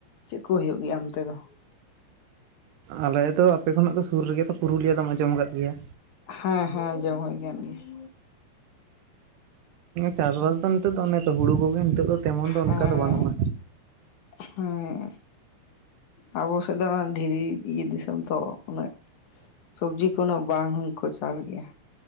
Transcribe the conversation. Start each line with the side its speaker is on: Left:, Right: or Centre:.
Left: ᱪᱮᱫ ᱠᱚ ᱦᱩᱭᱩᱜ ᱜᱮᱭᱟ ᱚᱱᱛᱮ ᱫᱚ?
Right: ᱟᱞᱮ ᱫᱚ ᱟᱯᱮ ᱠᱷᱚᱱᱟᱜ ᱫᱚ ᱥᱩᱨ ᱨᱮᱜᱮ ᱛᱚ ᱯᱩᱨᱩᱞᱤᱭᱟᱹ ᱫᱚᱢ ᱟᱸᱡᱚᱢ ᱟᱠᱟᱫ ᱜᱮᱭᱟ᱾
Left: ᱦᱮᱸ ᱦᱮᱸ ᱡᱚᱢ ᱦᱩᱭ ᱟᱠᱟᱱ ᱜᱮᱭᱟ <inaudible>
Right: ᱪᱟᱥᱵᱟᱥ ᱫᱚ ᱱᱤᱛᱚᱜ ᱫᱚ ᱚᱱᱮᱛᱚ ᱦᱩᱲᱩ ᱠᱚᱜᱮ ᱱᱤᱛᱚᱜ ᱫᱚ ᱛᱮᱢᱚᱱ ᱫᱚ
Left: ᱦᱮᱸ
Right: ᱚᱱᱠᱟ ᱫᱚ ᱵᱟᱹᱱᱩᱜᱼᱟ
Left: ᱦᱮᱸ ᱟᱵᱚ ᱥᱮᱫ ᱫᱚ ᱫᱷᱤᱨᱤ ᱤᱭᱟᱹ ᱫᱤᱥᱚᱢ ᱛᱚ ᱩᱱᱟᱹᱜ ᱥᱚᱵᱡᱤ ᱠᱚ ᱩᱱᱟ. ᱜ ᱵᱟᱝ ᱦᱚᱠᱚ ᱪᱟᱥ ᱜᱮᱭᱟ᱾